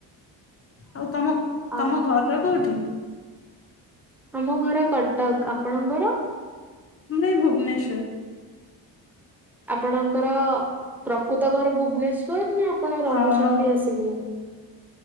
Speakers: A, on the left; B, in the centre.
A: ଆଉ ତମ
B: ଆଉ
A: ତମ ଘର କୋଉଠି?
B: ଆମ ଘର କଟକ ଆପଣଙ୍କର?
A: ମାନେ ଭୁବନେଶ୍ୱର।
B: ଆପଣଙ୍କର ପ୍ରକୃତ ଘର ଭୁବନେଶ୍ଵର? ଆପଣ ରହୁଛନ୍ତି
A: ଆଉ
B: ଆସିକି ନା?